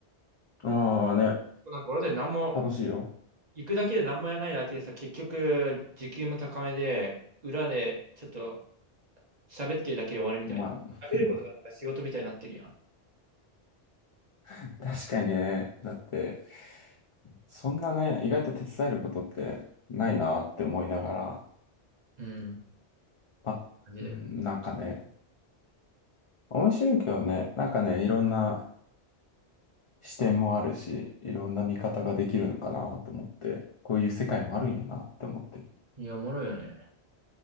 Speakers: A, on the left; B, on the right.
A: うん。ああね、
B: なんか俺たち何も、
A: 楽しいよ。
B: 行くだけで何もやらないだけでさ、結局時給も高めで、裏でちょっと喋ってるだけで終わりみたいな。
A: まあ、
B: 喋ることがなんか仕事みたいになってるやん。
A: <laughs> 確かにね。だって、そんなね、意外と手伝えることってないなって思いながら、
B: うん、
A: あ、
B: 感じで。
A: うん、なんかね、面白いけどね、なんかね、いろんな視点もあるし、いろんな見方ができるのかなと思って、こういう世界もあるんやなって思ってる。
B: いや、おもろいよね。